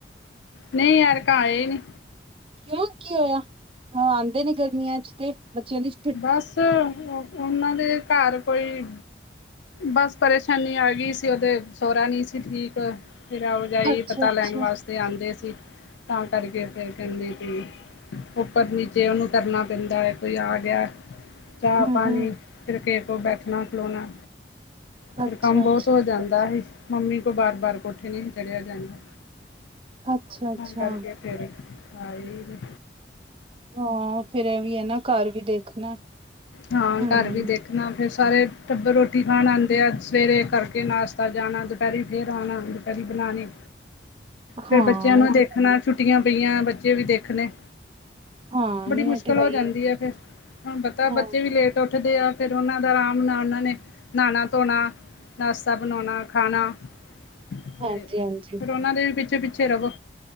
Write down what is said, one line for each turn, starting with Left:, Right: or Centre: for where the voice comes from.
Left: ਨਈ ਐਰਕਾਂ ਆਏ ਨੀ।
Right: ਕਿਉਂ ਕੀ ਓਇਆ। ਓ ਆਂਦੇ ਨੀ ਗਰਮੀਆਂ 'ਚ ਤੇ ਬੱਚਿਆਂ ਦੀ ਛੁ
Left: ਬਸ ਓਨਾਂ ਦੇ ਘਰ ਕੋਈ ਬਸ ਪਰੇਸ਼ਾਨੀ ਆ ਗਈ ਸੀ, ਓਦੇ ਸੋਰਾ ਨੀ ਸੀ ਠੀਕ। ਫਿਰ ਆਓ ਜਾਈ
Right: ਅੱਛਾ
Left: ਪਤਾ
Right: ਅੱਛਾ
Left: ਲੈਣ ਵਾਸਤੇ ਆਂਦੇ ਸੀ ਤਾਂ ਕਰਕੇ ਫੇਰ। ਕਰਨੀ ਕਿਉਂ, ਉੱਪਰ ਨੀਚੇ ਓਨੂੰ ਕਰਨਾ ਪੈਂਦਾ ਏ ਕੋਈ ਆ ਗਿਆ। ਚਾਅ
Right: ਹਮ
Left: ਪਾਣੀ
Right: ਹਮ
Left: ਫੇਰ ਕਿਹੇ ਕੋ ਬੈਠਣਾ ਖਲੋਣਾ ਫੇਰ
Right: ਅੱਛਾ
Left: ਕੰਮ ਬੋਤ
Right: ਅੱਛਾ
Left: ਹੋ ਜਾਂਦਾ ਹੀ, ਮੰਮੀ ਕੋ ਬਾਰ ਬਾਰ ਕੋਠੇ ਨੀ ਹੀ ਚੜਿਆ ਜਾਂਦਾ।
Right: ਅੱਛਾ ਅੱਛਾ
Left: ਤਾਂ ਕਰਕੇ ਫੇਰ ਆਈ ਨੀ
Right: ਹਾਂ ਫੇਰ ਐ ਵੀ ਏ ਨਾ ਘਰ ਵੀ ਦੇਖਣਾ।
Left: ਹਾਂ
Right: ਹਮ
Left: ਘਰ ਵੀ ਦੇਖਣਾ ਫੇਰ ਸਾਰੇ ਟੱਬਰ ਰੋਟੀ ਖਾਣ ਆਂਦੇ ਆ। ਸਵੇਰੇ ਕਰਕੇ ਨਾਸ਼ਤਾ ਜਾਣਾ, ਦਪੈਰੀ ਫੇਰ ਆਣਾ ਦੁਪੈਰੀ ਬਣਾਣੀ। ਫੇਰ
Right: ਹਾਂ
Left: ਬੱਚਿਆਂ ਨੂੰ
Right: ਇਹ
Left: ਦੇਖਣਾ,
Right: ਤੇ ਹੈ ਹੀ
Left: ਛੁੱਟੀਆਂ ਪਈਆਂ ਬੱਚੇ ਵੀ ਦੇਖਣੇ।
Right: ਹਾਂ
Left: ਬੜੀ
Right: ਨਹੀਂ
Left: ਮੁਸ਼ਕਿਲ
Right: ਇਹ ਤੇ ਹੈ
Left: ਹੋ ਜਾਂਦੀ
Right: ਹੀ ਹੈ
Left: ਆ ਫੇਰ। ਹੁਣ ਪਤਾ
Right: ਹਾਂ
Left: ਬੱਚੇ ਵੀ ਲੇਟ ਉੱਠਦੇ ਆ, ਫੇਰ ਓਨਾਂ ਦਾ ਆਰਾਮ ਨਾਲ ਓਨਾਂ ਨੇ ਨਾਣਾ ਧੋਣਾ। ਨਾਸ਼ਤਾ ਬਣਾਉਣਾ ਖਾਣਾ ਤੇ
Right: ਹਾਂਜੀ ਹਾਂਜੀ
Left: ਫਿਰ ਉਹਨਾ ਦੇ ਪਿੱਛੇ ਪਿੱਛੇ ਰਵੋ।